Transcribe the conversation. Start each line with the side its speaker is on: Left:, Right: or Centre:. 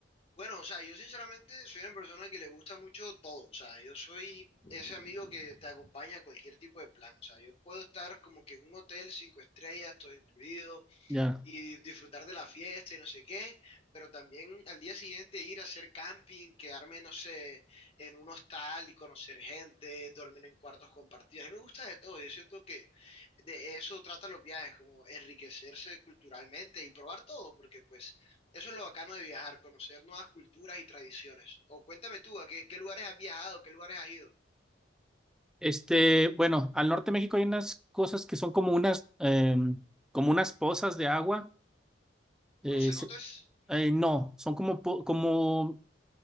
Left: Bueno, o sea, yo sinceramente soy una persona que le gusta mucho todo, o sea, yo soy ese amigo que te acompaña a cualquier tipo de plan, o sea, yo puedo estar como que en un hotel cinco estrellas, todo incluido,
Centre: ya.
Left: y disfrutar de la fiesta y no sé qué, pero también al día siguiente ir a hacer camping, quedarme, no sé, en un hostal y conocer gente, dormir en cuartos compartidos. A mí me gusta de todo, yo siento que de eso trata los viajes, como enriquecerse culturalmente y probar todo, porque pues eso es lo bacano de viajar, conocer nuevas culturas y tradiciones. O cuéntame tú, ¿a qué, qué lugares has viajado, qué lugares has ido?
Centre: Este, bueno, al norte de México hay unas cosas que son como unas, em, como unas pozas de agua. eh,
Left: Uno se
Centre: se-
Left: nota es,
Centre: eh, no, son como, po- como,